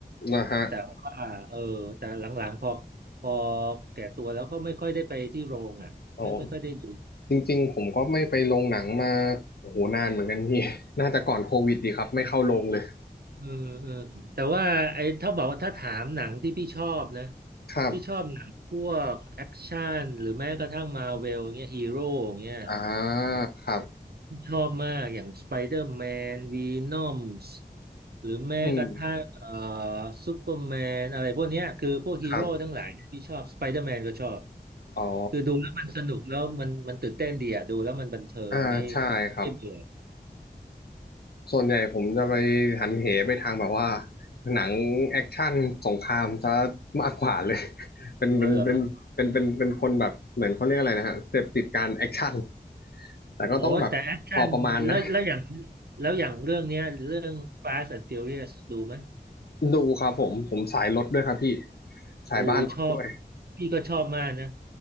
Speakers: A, on the left (about 65°); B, on the right (about 65°).
A: นะฮะ
B: แต่ว่าเออแต่หลังๆพอพอแก่ตัวแล้วก็ไม่ค่อยได้ไปที่โรงอ่ะไม่ไม่ค่อยได้ดู
A: โอ้จริงๆผมก็ไม่ไปโรงหนังมาโอ้โหนานเหมือนกันพี่ <laughs> น่าจะก่อนโควิดดีครับไม่เข้าโรงเลย
B: เออเออแต่ว่าไอ้ถ้าบอกว่าถ้าถามหนังที่พี่ชอบนะ
A: ครับ
B: พี่ชอบหนังพวกแอคชั่นหรือแม้กระทั่งมาเวลเงี้ยฮีโร่เงี้ย
A: อ่าครับ
B: ชอบมากอย่างสไปเดอร์แมนวีนอมส์หรือแม้กระทั่งเอ่อ
A: อืม
B: ซูเปอร์แมนอะไรพวกเนี้ยคือพวกฮีโร่ทั้งหลายเนี่ยพี่ชอบสไปเดอร์แมนก็ชอบ
A: ครับ อ๋อ
B: คือดูแล้วมันสนุกแล้วมันมันตื่นเต้นดีอ่ะดูแล้วมันบันเทิงไม่
A: อ่าใช่ครับ
B: ไม่เบื่อ
A: ส่วนใหญ่ผมจะไปหันเหไปทางแบบว่าหนังแอคชั่นสงครามซะมากกว่าเลย <laughs> เป็นเป็นเป็นเป็นเป็นเป็นคนแบบเหมือนเขาเรียกอะไรนะฮะเสพติดการแอคชั่น
B: อ๋อเหรอ
A: แต่ก็ต้องแบบพอประมาณนะ
B: โอ้แต่แอคชั่นแล้วแล้วอย่างแล้วอย่างเรื่องเนี้ยเรื่อง Fast and Furious ดูไหม
A: ดูครับผมผมสายรถด้วยครับพี่สายบ้านรถด้วย
B: โอ้ชอบพี่ก็ชอบมากนะ